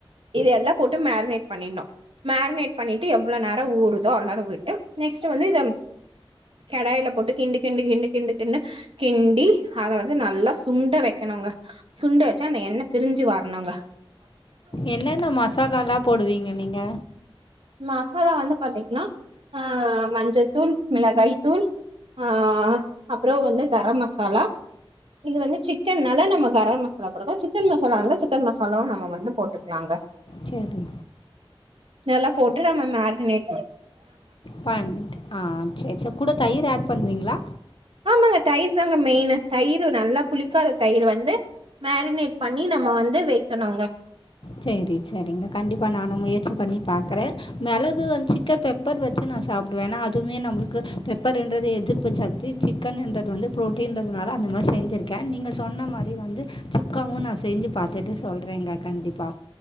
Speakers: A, on the right; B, on the left.
A: இது எல்லா போட்டு மேரினேட் பண்ணிர்னு மேரினேட் பண்ணிட்டு எவ்ளோ நேரொ ஊறுதோ அவ்ள் நேரொ விட்டு நெக்ஸ்ட்டு வந்து இத கடாய்ல போட்டு கிண்டு கிண்டு கிண்டு கிண்டு கின்னு கிண்டி அத வந்து நல்லா சுண்ட வெக்கணுங்க சுண்டு ஞ்சோ அந்த எண்ண பிரிஞ்சு வரனுங்க
B: என்னென்ன மசாலால்லா போடுவீங்க நீங்க
A: மசாலா வந்து பாத்திங்கன்னா ஆ மஞ்சத்தூள் மிளகாய்த்தூள் ஆ அப்றொ வந்து கரம் மசாலா இது வந்து சிக்கன்னால நம்ம கரம் மசா நல்லா போட்ருக்க சிக்கன் மசாலா வந்து சிக்கன் மசாலாவு நம்ம வந்து போட்டுக்லாங்க
B: செரி
A: நல்லா போட்டு நம்ம மேரிநேட்டிங்
B: பண்ணிட் ஆ சேர் சேர் கூட தயிர் ஆட் பண்ணுவீங்களா
A: ஆமாங்க தயிர் தாங்க மெயினு தயிர் நல்லா புளிக்காத தயிர் வந்து மேரினேட் பண்ணி நம்ம வந்து வெய்க்கணுங்க
B: சேரி சேரிங்க கண்டிப்பா நானு முயற்சி பண்ணி பாக்குறே மெளகு வந் சிக்கன் பெப் பெப்பர் வச்சு நா சாப்டுவே ஏனா அதுவுமே நம்ப்ளுக்கு பெப்பருன்றது எதிர்ப்பு சத்தி சிக்கனுன்றது வந்து ப்ரோட்டீன்றதுனால அந்த மாரி செஞ்சுருக்கே நீங்க சொன்ன மாரி வந்து சுக்காவு நா செஞ்சு பாத்துட்டு சொல்றேங்க கண்டிப்பா